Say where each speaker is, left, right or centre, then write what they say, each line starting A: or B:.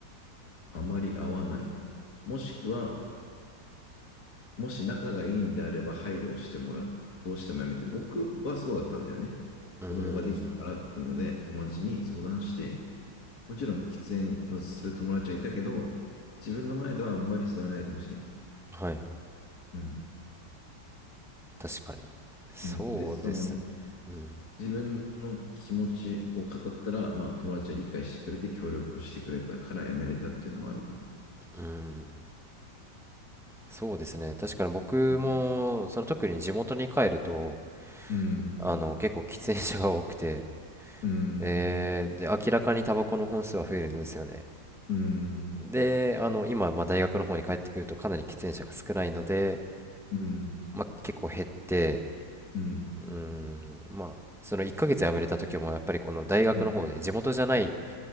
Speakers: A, on the left; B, in the centre.
A: あまり合わない。もしくは、もし仲がいいんであれば配慮をしてもらう。どうしてもやめて。僕はそうだったんだよね。
B: うーん
A: 子供ができたからっていうので、友達に相談して、もちろん喫煙のする友達はいたけど、自分の前ではあんまり吸わないでほしい。
B: はいはい
A: うん。
B: 確かにそうですね
A: うん。で、その、
B: うん
A: 自分の気持ちを語ったら、まあ、友達は理解してくれて、協力をしてくれたからやめれたっていうのもあるから。
B: うんそうですね確かに僕もその特に地元に帰ると
A: うん。うん。
B: あの、結構喫煙者が多くて、
A: うん。
B: <laughs> えーで、明らかにタバコの本数は増えるんですよね。
A: うん。
B: で、あの、今、まあ、大学の方に帰ってくるとかなり喫煙者が少ないので、
A: うん。
B: まあ、結構減って、
A: うん。
B: うーん、まあ、その1ヶ月辞めれた時もやっぱりこの大学の方で地元じゃない、
A: うん。